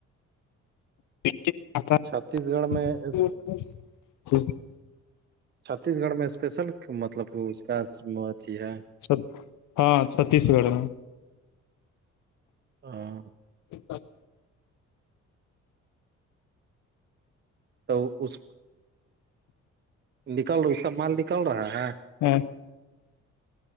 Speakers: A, on the left; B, on the right.
A: <inaudible>
B: چھتیس گڑھ میں اس- چھتیس گڑھ میں اسپیشل مطلب اس کا اھی ہے
A: چ ہاں چھتیس گڑھ میں
B: ہاں
A: بس
B: تو اس نکل رہا سب مال نکل رہا ہے
A: ہمممم